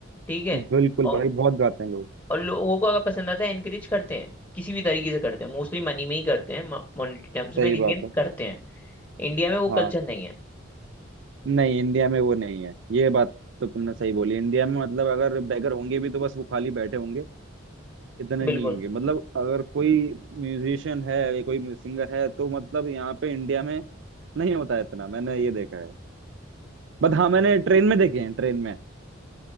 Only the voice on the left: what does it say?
ठीक है
और
और लोगों को अगर पसंद आता है एनकरेज करते हैं किसी भी तरीके से करते हैं मोस्टली मनी में ही करते हैं मॉनेटरी टर्म्स
में लेकिन
करते हैं इंडिया में वो
कल्चर नहीं है
बिल्कुल